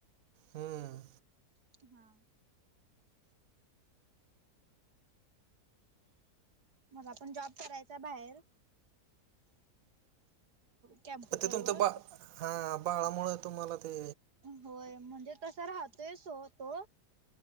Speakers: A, on the right; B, on the right.
A: हम्म.
B: हा. मला पण जॉब करायचा बाहेर कॅम्प्युटर
A: ते तुमचं
B: वर
A: बा हा बाळामुळे तुम्हाला ते
B: होय म्हणजे तस राहतोय सो तो